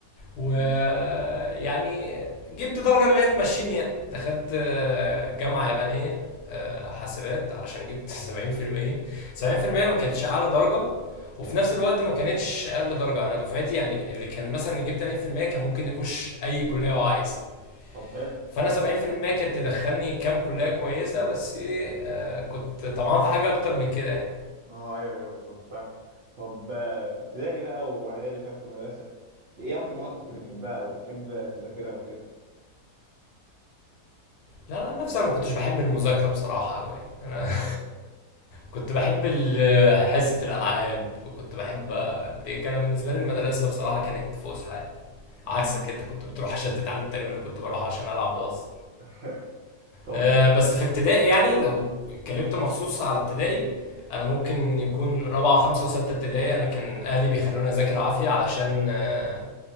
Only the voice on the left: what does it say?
ويعني جبت درجة اللي هي تمشيني يعني دخلت آه، جامعة يابانية آه، حاسبات علشان جبت <laughs> 70% 70% ما كانتش أعلى درجة وفي نفس الوقت ما كانتش أقل درجة أنا دفعتي يعني اللي كان مثلا يجيب 80% كان ممكن يخش أي كلية هو عايزها
فأنا 70% كانت تدخلني كام كلية كويسة بس إيه آه، كنت طمعان في حاجة أكتر من كده يعني
لا أنا نفسي أنا ما كنتش بحب المذاكرة بصراحة أوي يعني أنا <laughs> كنت بحب ال- حصة الألعاب وكنت بحب بريك أنا بالنسبة لي المدرسة بصراحة كانت فسحة
عكسك أنت كنت بتروح عشان تتعلم تقريبا أنا كنت بروح عشان ألعب وأهزر
أه، بس في ابتدائي يعني لو اتكلمت مخصوص على ابتدائي أنا ممكن يكون رابعة وخمسة وستة ابتدائي أنا كان أهلي بيخلوني أذاكر عافية علشان أه،